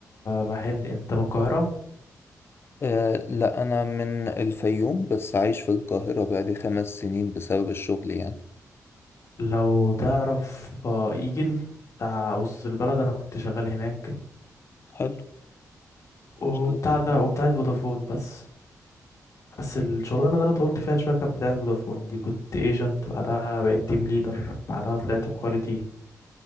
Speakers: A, on the left; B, on the left.
A: محل انت من القاهرة
B: أه لا أنا من الفيوم بس عايش في القاهرة بقالي خمس سنين بسبب الشغل يعني
A: لو تعرف آه، ايجل بتاع وسط البلد انا كنت شغال هناك
B: حلو
A: وبتاع
B: اشتغلت في البنك.
A: ده وبتاع فودافون بس بس الشغلانة اللي انا طولت فيها شوية كانت بتاعت فودافون دي كنت ايجنت بعدها بقيت تيم ليدر بعدها طلعت كواليتي